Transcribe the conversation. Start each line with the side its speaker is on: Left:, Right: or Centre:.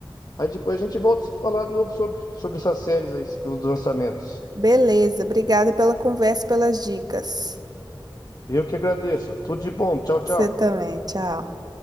Left: aí depois a gente volta a se falar de novo sobre, sobre essas séries aí, que os lançamentos.
Right: Beleza. Obrigada pela conversa, pelas dicas.
Left: Eu que agradeço. Tudo de bom. Tchau, tchau.
Right: Você também. Tchau.